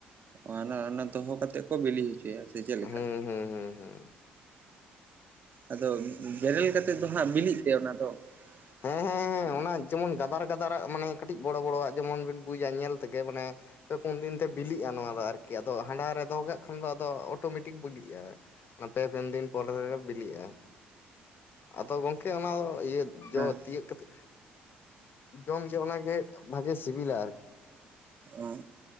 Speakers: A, on the right; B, on the left.
A: ᱢᱟᱱᱮ ᱚᱱᱮ ᱫᱚᱦᱚ ᱠᱟᱛᱮᱜ ᱠᱚ ᱵᱤᱞᱤ ᱦᱚᱪᱚᱭᱟ ᱥᱮ ᱪᱮᱫ ᱞᱮᱠᱟ?
B: ᱦᱩᱸ ᱦᱩᱸ ᱦᱩᱸ ᱦᱩᱸ
A: ᱟᱫᱚ ᱵᱮᱨᱮᱞ ᱠᱟᱛᱮᱫ ᱫᱚ ᱦᱟᱸᱜ ᱵᱤᱞᱤᱜ ᱛᱮ ᱚᱱᱟ ᱫᱚ? <inaudible>
B: ᱦᱮᱸ ᱦᱮᱸ ᱦᱮᱸ ᱚᱱᱟ ᱡᱮᱢᱚᱱ ᱜᱟᱫᱟᱨ ᱜᱟᱫᱟᱨᱟᱜ ᱢᱟᱱᱮ ᱠᱟᱹᱴᱤᱡ ᱵᱚᱲᱚ ᱵᱚᱲᱚᱣᱟᱜ ᱡᱮᱢᱚᱱ ᱵᱤᱱ ᱵᱩᱡᱟ ᱧᱮᱞ ᱛᱮᱜᱮ ᱢᱟᱱᱮ ᱯᱮ ᱯᱩᱱ ᱫᱤᱱᱛᱮ ᱵᱤᱞᱤᱜᱼᱟ ᱱᱚᱣᱟ ᱫᱚ ᱟᱨᱠᱤ ᱟᱫᱚ ᱦᱟᱸᱰᱷᱟ ᱨᱮ ᱫᱚᱦᱚ ᱠᱟᱜ ᱠᱷᱟᱱ ᱫᱚ ᱟᱫᱚ ᱚᱴᱳᱢᱮᱴᱤᱠ ᱵᱤᱞᱤᱜᱼᱟ᱾ ᱚᱱᱟ ᱯᱮ ᱯᱩᱱ ᱫᱤᱱ ᱯᱚᱨᱮ ᱵᱤᱞᱤᱜᱼᱟ᱾ ᱟᱫᱚ ᱜᱚᱝᱠᱮ ᱚᱱᱟ ᱫᱚ ᱤᱭᱟᱹ
A: ᱦᱮᱸ
B: ᱡᱚ ᱛᱤᱭᱟᱜ ᱠᱟᱛᱮ, ᱡᱚᱢ ᱡᱚᱦᱚᱜ ᱚᱱᱟᱜᱮ ᱵᱷᱟᱜᱮ ᱥᱤᱵᱤᱞᱟ ᱟᱨᱠᱤ᱾
A: ᱚ